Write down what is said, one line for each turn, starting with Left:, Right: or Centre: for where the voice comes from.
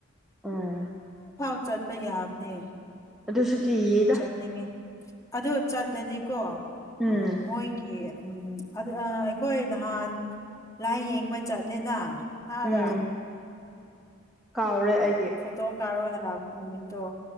Centre: ꯎꯝ
Left: ꯐꯥꯎ ꯆꯠꯄ ꯌꯥꯕꯅꯦ
Centre: ꯑꯗꯨꯁꯨ ꯀꯤꯌꯦꯗ
Left: ꯆꯠꯅꯤꯡꯉꯦ ꯑꯗꯨ ꯆꯠꯂꯗꯤꯀꯣ
Centre: ꯎꯝ
Left: ꯃꯣꯏ ꯎꯝ ꯑꯩꯈꯣꯏ ꯅꯍꯥꯟ ꯂꯥꯏ ꯌꯦꯡꯕ ꯆꯠꯂꯦꯅ ꯑꯗꯥ
Centre: ꯎꯝ ꯀꯥꯎꯔꯦ ꯑꯩꯗꯤ
Left: ꯐꯇꯣ ꯀꯥꯞꯔꯨꯔ ꯍꯜꯂꯛꯄ‌ ꯅꯨꯃꯤꯠꯇꫭ